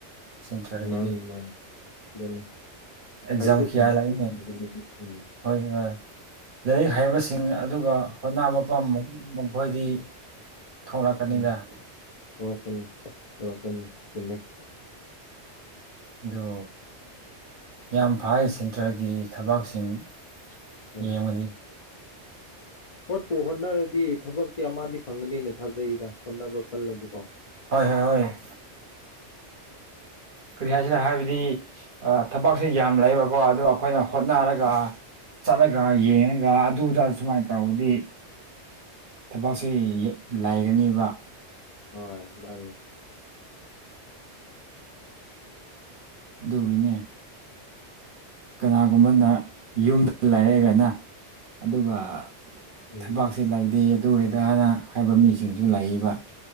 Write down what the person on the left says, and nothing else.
ꯃꯥꯅꯤ ꯃꯥꯅꯤ ꯑꯗꯨꯅꯤ
ꯍꯥꯏꯗ
ꯁꯤꯁꯤꯡꯒꯥꯄꯨꯔ
ꯎꯝ <unintelligible>
ꯎꯝ ꯊꯀꯅꯤ ꯊꯀꯅꯤ ꯆꯨꯝꯃꯦ
ꯎꯝ
ꯍꯣꯠꯄꯨ ꯍꯣꯠꯅꯔꯗꯤ ꯊꯕꯛ ꯁꯤ ꯑꯃꯗꯤ ꯐꯪꯒꯅꯤꯅꯦ ꯊꯥꯖꯩꯗ ꯍꯣꯠꯅꯕ ꯈꯜꯂꯗꯤꯀꯣ
ꯍꯣꯏ ꯃꯥ
ꯎꯝ